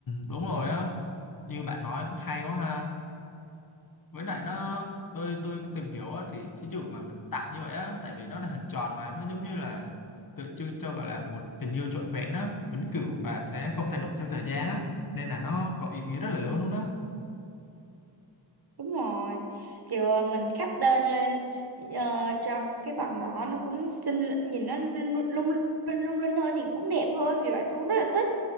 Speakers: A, on the left; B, on the right.
A: đúng rồi á như bạn nói có hay quá ha với lại nó tôi tôi tìm hiểu á, thì thí dụ mà mình tặng như vậy á tại vì nó là hình tròn mà nó giống như là tượng trưng cho gọi là một tình yêu trọn vẹn á vĩnh cửu và sẽ không thay đổi theo thời gian á nên là nó có ý nghĩa rất là lớn luôn á
B: đúng rồi kiểu ờ, mình khắc tên lên ờ, cho cái vòng đó nó cũng xinh nhìn nó lung lung lung linh lung linh hơn nhìn cũng đẹp hơn vì vậy tôi cũng rất là thích